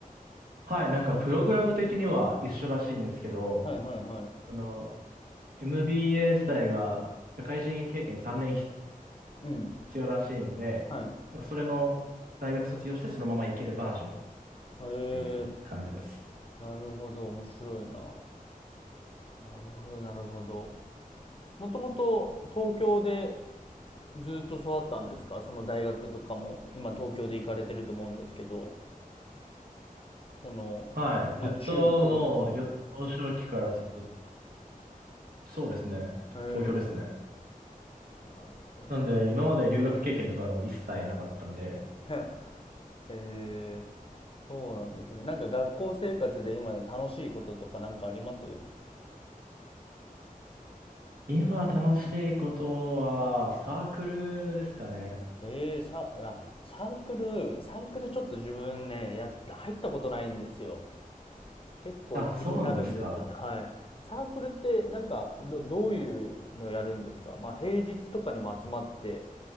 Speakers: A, on the right; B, on the left.
A: はい、なんかプログラム的には一緒らしいんですけど、
B: いはいはい。
A: その MBA 自体が社会人経験3年必
B: うん。
A: 要らしいので、
B: はい。
A: なんかそれの大学卒業してそのまま行けるバージョンっ
B: えー、
A: ていう感じです。
B: なるほど、面白いな。なるほど、なるほど。もともと東京でずっと育ったんですかその大学とかも今東京で行かれてると思うんですけど。その、
A: はい、
B: まあ、
A: ずっともう幼少期からずっと、
B: 中高とかも。
A: そうですね、
B: へえ。
A: 東京ですね。
B: なるほど。
A: なので今まで留学経験とかも一切なかったんで、
B: <laughs> へえ。そうなんですね。なんか学校生活で今楽しいこととかなんかあります
A: 今楽しいことは、サークルですかね。
B: ええ、サー、あ、サークル、サークルちょっと自分ね、や、入ったことないんですよ。結構気になるんですよね。
A: あ、そうなんですか。
B: はい。サークルってなんかど、どういうのやるんですかまあ平日とかにも集まって